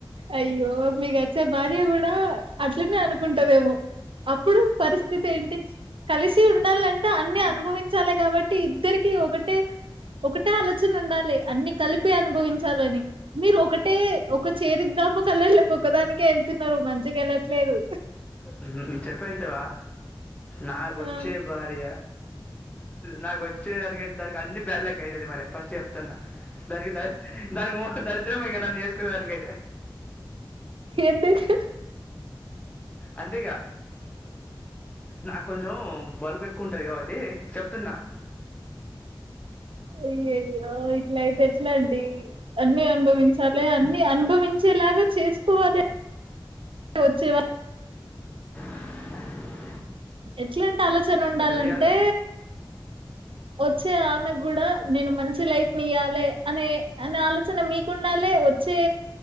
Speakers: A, on the right; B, on the left.
A: అయ్యో మీగచ్ చె భార్య కూడా అట్లనే అనుకుంటదేమో అప్పుడు పరిస్థితి ఏంటి కలిసి ఉండాలంటే అన్ని అనుభవించాలె కాబట్టి ఇద్దరికి ఒకటే ఒకటే ఆలోచన ఉండాలి అన్ని కలిపి అనుభవించాలని మీరు ఒకటే ఒక చేదు <inaudible> వెళ్ళట్లేదు
B: ఉమ్ చెప్పేదింటావ నాకు వచ్చే
A: ఆ
B: భార్య నాకు వచ్చేదానికయితే దానికి అన్ని బ్యాడ్ లెక్క అయతది మరి ఫస్ట్ చెప్తున్న దరిగి ద దానికి మూహం దరిద్రమే ఇంక నన్ను చేసుకునే దానికైతే
A: ఎందుకు
B: అంతే ఇక నాక్ కొంచం బల్పు ఎక్కువ ఉంటది కాబట్టి చెప్తున్నా
A: అయ్యయ్యో ఇట్ల అయితే ఎట్లండి అన్ని అనుభవించాలె అన్ని అనుభవించేలాగ చేసుకోవాలె వచ్చెవా
B: స
A: ఎట్లాంటి ఆలోచన ఉండాలంటే
B: గారు
A: వచ్చే ఆమెకు కూడా నేను మంచి లైఫ్ ఇయ్యాలె అనే అనే ఆలోచన మీకుండాలి వచ్చే